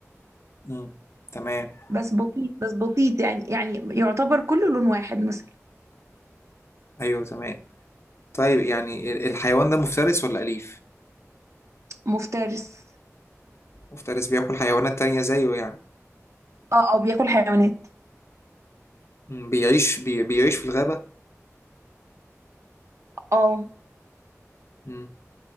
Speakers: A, on the left; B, on the right.
A: مم. تمام
B: بس بسيط بس بسيط يعني يعني يعتبر كله لون واحد مثلا
A: أيوه تمام طيب يعني ال- الحيوان ده مفترس ولا أليف؟
B: مفترس
A: مفترس بياكل حيوانات تانية زيه يعني
B: اه اه بياكل حيوانات
A: مم. بيعيش بي... بيعيش في الغابة؟
B: اه
A: مم.